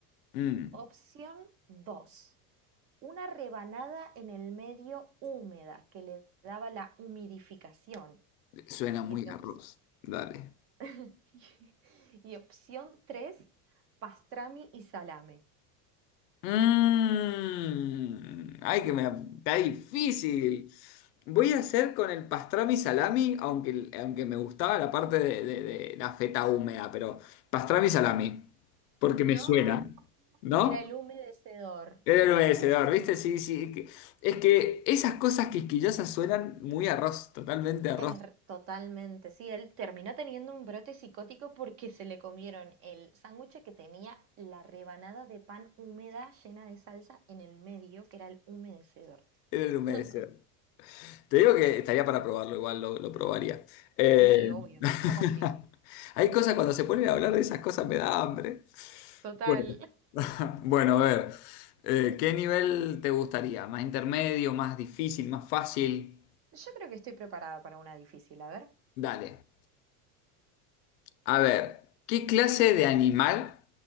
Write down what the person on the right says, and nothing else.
Opción dos. una rebanada en el medio húmeda que le daba la humidificación.
Y,
ops-
<laughs> y opción tres pastrami y salame.
No,
era el humedecedor.
El
humedecedor.
Er, totalmente, sí, él terminó teniendo un brote psicótico porque se le comieron el sándwich que tenía la rebanada de pan húmeda llena de salsa en el medio, que era el humedecedor.
<laughs>
Sí, obvio,
yo confío.
Total,
Yo creo que estoy preparada para una difícil, a ver.